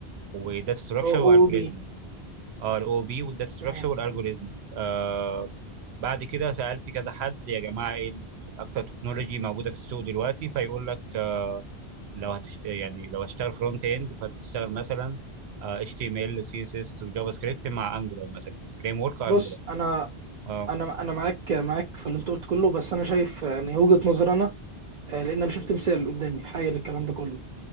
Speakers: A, on the right; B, on the right.
A: وداتا ستراكشر
B: او
A: والجوريزمز
B: او بي
A: ار او بي والداتا ستراكشر
B: تمام
A: والالجوريزمز آه بعد كده سالت كذا حد يا جماعه ايه اكتر تكنولوجي موجوده في السوق دلوقتي فيقول لك آه لو هتش... يعني لو هتشتغل فرونت اند فانت تشتغل مثلا آه HTML CSS وجافا سكريبت مع انجولار مثلا فريم ورك انجولار
B: بص انا
A: اه
B: انا انا معاك معاك في اللي انت قلت كله بس انا شايف يعني وجهه نظري انا آه، لان انا شفت مثال قدامي حي للكلام ده كله